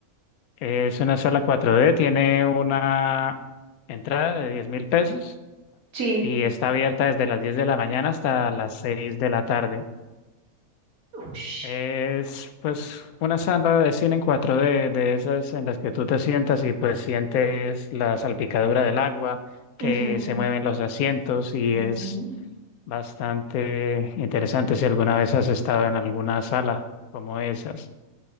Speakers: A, on the left (about 80°); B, on the right (about 85°).
A: es una sala cuatro d tiene una entrada de diez mil pesos
B: Sí.
A: y está abierta desde las 10 de la mañana hasta las 6 de la tarde.
B: Ush.
A: Es pues una sala de cine en 4D de esas en las que tú te sientas y pues sientes la salpicadura del agua, que
B: Ujú,
A: se mueven los asientos y
B: ujú.
A: es bastante interesante si alguna vez has estado en alguna sala como esas.